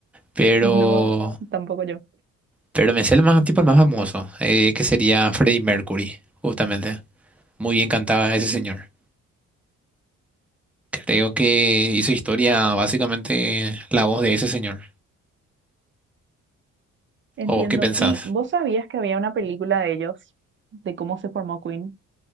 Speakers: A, in the centre; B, on the right (about 40°).
A: Pero,
B: No, tampoco yo.
A: pero me sé el más, tipo el más famoso, eh, que sería Freddie Mercury, justamente. Muy bien cantaba ese señor.
B: Mm.
A: Creo que hizo historia básicamente la voz de ese señor.
B: Entiendo.
A: ¿O qué pensás?
B: ¿Y vos sabías que había una película de ellos, de cómo se formó Queen?